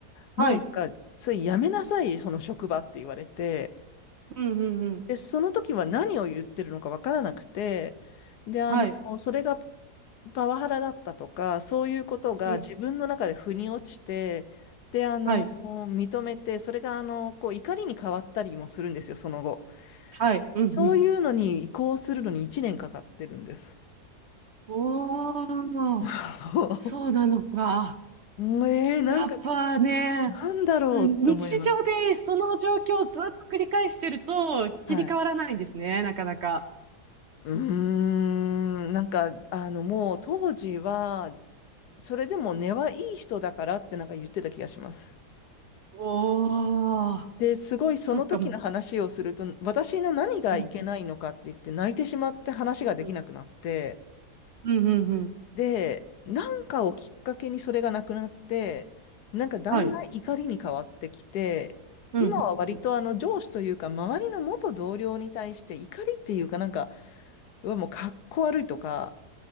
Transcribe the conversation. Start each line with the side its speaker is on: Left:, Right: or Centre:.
Right: はい。
Left: もうなんか、それやめなさい、その職場って言われて、
Right: うん、うん、うん。
Left: で、その時は何を言ってるのかわからなくて、で、あの、
Right: はい。
Left: それがパワハラだったとか、そういうことが自分の中で腑に落ちて、
Right: うん。
Left: で、あの、
Right: はい。
Left: 認めて、それが、あの、こう、怒りに変わったりもするんですよ、その後。
Right: はい。うん、
Left: そういうのに移行するのに1年かかってるんです。
Right: うん。お
Left: <laughs>
Right: ー、そうなのか。
Left: もうえー、なんか、
Right: やっぱね、
Left: なんだろうって思います。
Right: す日常でその状況をずっと繰り返してると切り替わらないんですね、
Left: はい。
Right: なかなか。
Left: うーん、なんか、あの、もう当時は、それでも根はいい人だからってなんか言ってた気がします。
Right: おー、
Left: で、すごいその時の話をすると、
Right: そっか。うん、
Left: 私の何がいけないのかって言って泣いてしまって話ができなくなって、
Right: うん、うん、うん、うん、うん。
Left: で、なんかをきっかけにそれがなくなって、なんかだんだん怒りに変わってきて、
Right: はい。うん、
Left: 今は割とあの上司というか周りの元同僚に対して怒りっていうかなんか、
Right: うん、
Left: うわ、もうかっこ悪いとか、